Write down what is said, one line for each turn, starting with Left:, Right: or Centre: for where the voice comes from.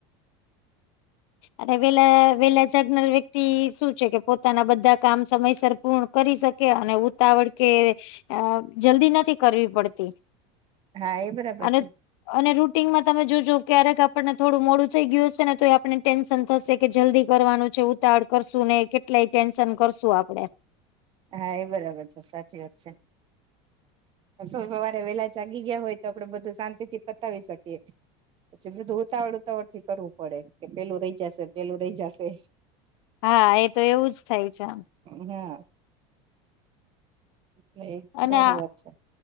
Left: અરે વેલા વેલા જાગનાર વ્યક્તિ શું છે કે પોતાના બધા કામ સમયસર પૂર્ણ કરી શકે અને ઉતાવળ કે અ જલ્દી નથી કરવી પડતી
Right: હા એ બરાબર
Left: અને
Right: છે
Left: અને રૂટિનમાં તમે જોજો ક્યારેક આપણને થોડું મોડું થઈ ગયું હશે ને તો આપને ટેન્શન થશે કે જલ્દી કરવાનું છે ઉતાવળ કરશું ને કેટલાય ટેન્શન કરશું આપડે
Right: હા એ બરાબર છે સાચી વાત છે સો સવારે વેલા જાગી ગયા હોય તો આપડે બધું શાંતિ થી પતાવી શકીએ. પછી બધું ઉતાવળ ઉતાવળ થી કરવું પડે કે પેલું રહી જશે પેલું રહી જશે.
Left: હા એ તો એવું જ થાય છે આમ.
Right: ના. એટલે
Left: અને
Right: સારી વાત છે